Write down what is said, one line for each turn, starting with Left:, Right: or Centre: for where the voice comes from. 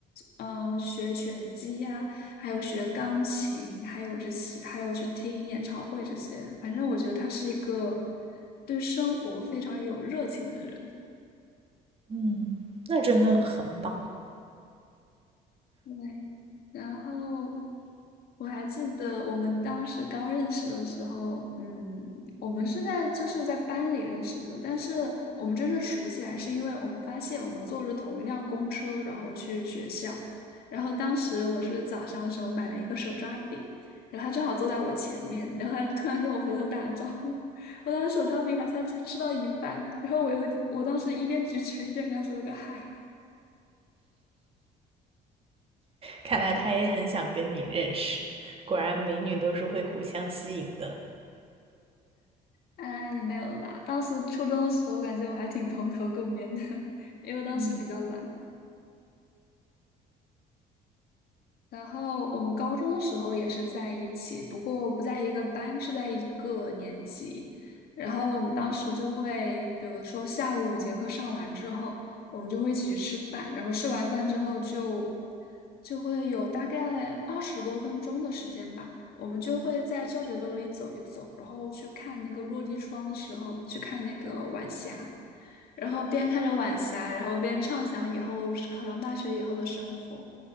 Left: 嗯呃学拳击呀、还有学钢琴，还有这些，还有去听演唱会这些。反正我觉得他是一个对生活非常有热情的人。
Right: 嗯，那真的很棒。
Left: 对，然后我还记得我们当时刚认识的时候，嗯，我们是在就是在班里认识的，但是我们真正熟起来是因为我们发现我们坐着同一辆公车，然后去学校，然后当时我是早上的时候买了一个手抓饼，然后他正好坐在我前面，然后他突然跟我回头打了招呼，我当时手抓饼还才才吃到一半，然后我又我当时一边咀嚼一边跟他说了个嗨。
Right: 看来他也很想跟你认识，果然美女都是会互相吸引的。
Left: 啊，也没有啦。当时初中的时候，感觉我还挺蓬头垢面的，<laughs> 因为当时比较懒。
Right: 嗯
Left: 然后我们高中的时候也是在一起，不过不在一个班，是在一个年级。然后我们当时就会，比如说下午五节课上完之后，我们就会一起去吃饭。然后吃完饭之后就就会有大概二十多分钟的时间吧，我们就会在教学楼里走一走，然后去看那个落地窗的时候，去看那个晚霞，然后边看着晚霞，然后边畅想以后考上大学以后的生活。